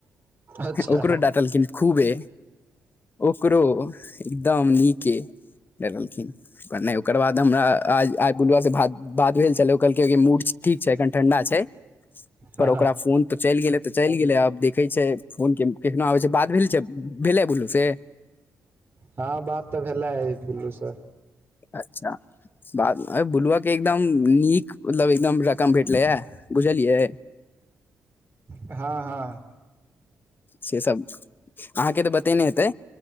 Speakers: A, on the right; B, on the left.
A: अच्छा
B: ओकरो डटलखिन खूबे ओकरो एकदम नीके डलखिन नहि ओ ओकर बाद हमरा आइ-आइ बुलुआसे बात-बात भेल छलाह कहलकै मूड ठीक छै एखन ठंडा छै पर
A: हँ
B: ओकरा फोन तऽ चलि गेलै तऽ चलि गेलै आब देखै छै फोनके एखनो आबै छै बात भेल छै भेलै बोलूसे
A: हाँ बात तऽ भेलै आइ बुल्लूसँ
B: अच्छा बादमे आइ बुलूआके एकदम नीक मतलब एकदम रकम भेटलै याऽ बुझलियै
A: हाँ हाँ
B: सेसब अहाँके तऽ बतेने हेतै